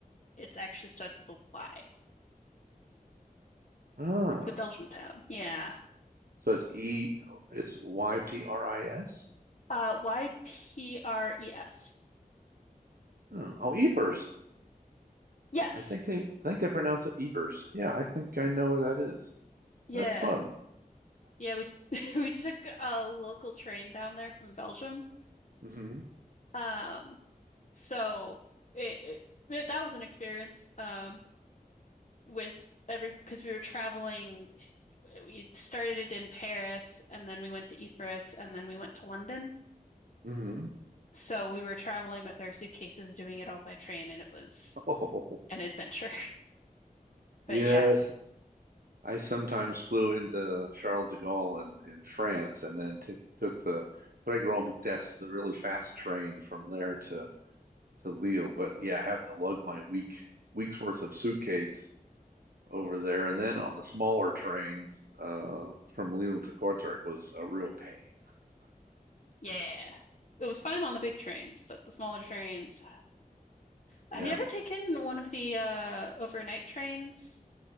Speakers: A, on the left; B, on the right.
A: it actually starts with a Y.
B: Ah,
A: It's the Belgium town. Yeah.
B: so it's E, it's Y P R I S.
A: Uh, Y P R E S.
B: Oh, oh, Ypres.
A: Yes.
B: I think they I think they pronounce it Ypres. Yeah, I think I know where that is.
A: Yeah.
B: That's fun.
A: Yeah, we <laughs> we took a local train down there from Belgium.
B: hmm
A: Um, so it, it that that was an experience um with every because we were traveling t we started in Paris and then we went to Ypres and then we went to London.
B: hmm <laughs>
A: So we were traveling with our suitcases doing it all by train and it was
B: Oh,
A: an adventure. <laughs> But
B: yes.
A: yeah,
B: I sometimes flew into Charles de Gaulle in, in France and then took took the Trois Grands Vitesses, the really fast train from there to, to Lille. But yeah, having to lug my week week's worth of suitcase over there and then on the smaller train uh, from Lille to Kortrijk was a real pain.
A: yeah. It was fine on the big trains, but the smaller trains. Have
B: Yeah.
A: you ever taken one of the uh overnight trains?